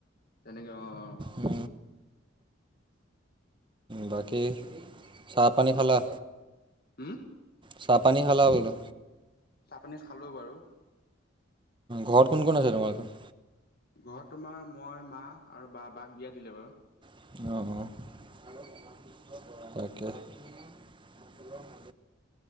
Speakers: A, on the left (about 50°); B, on the right (about 25°).
A: তেনেকৈ অ'অ'।
B: হ। বাকী, চাহ পানী খালা।
A: উম্।
B: চাহ পানী খালা বোলো।
A: চাহ পানী খালো বাৰু
B: ঘৰত কোন কোন আছে তোমালোকৰ?
A: ঘৰত তোমাৰ মই মা আৰু বা, বাক বিয়া দিলে বাৰু।
B: অহ্ অহ্ তাকেহে।